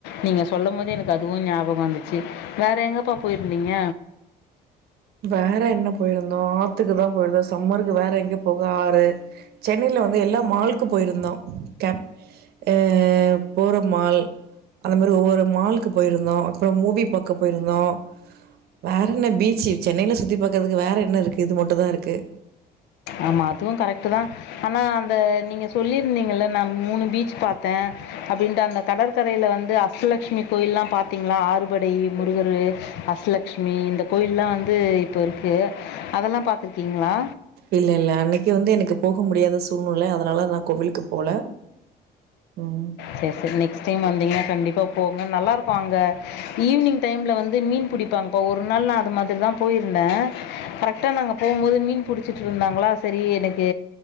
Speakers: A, on the left; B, on the right.
A: நீங்க சொல்லும் போது எனக்கு அதுவு ஞாபக வந்துச்சு வேற எங்கப்பா போயிருந்தீங்க
B: வேற என்ன போயிருந்தோ ஆத்துக்குதா போயிருந்தோ சம்மருக்கு வேற எங்க போக ஆறு சென்னைல வந்து எல்லா மால்க்கு போயிருந்தோ கேப் அ போற மால் அந்த மாரி ஒவ்வொரு மால்க்கு போயிருந்தோ அப்புற மூவி பாக்க போயிருந்தோ வேற என்ன பீச்சு சென்னையில சுத்தி பாக்கறதுக்கு வேற என்ன இருக்கு இது மட்டுந்தா இருக்கு
A: ஆமா அதுவு கரெக்ட்டுதா ஆனா அந்த நீங்க சொல்லிருந்திங்கல்ல நான் மூணு பீச் பாத்தே அப்டின்ட்டு அந்த கடற்கரையில வந்து அஷ்டலட்சுமி கோயில்லா பாத்திங்ளா ஆறுபடை முருகரு அஷ்டலட்சுமி இந்த கோயில்லா வந்து இப்ப இருக்கு அதெல்லா பாத்திருக்கிங்ளா
B: இல்ல இல்ல அன்னைக்கு வந்து எனக்கு போக முடியாத சூழ்நில அத னால நா கோவிலுக்கு போல ம்
A: செர் செரி நெக்ஸ்ட் டைம் வந்திங்கனா கண்டிப்பா போ நல்லாருக்கு அங்க ஈவினிங் டைம்ல வந்து மீன் பிடிப்பாங்ப்பா ஒரு நாள் நா அது மாதிரிதா போயிருந்த கரெக்டா நாங்க போகும்போது மீன் புடிச்சிட்டு இருந்தாங்ளா சரி எனக்கு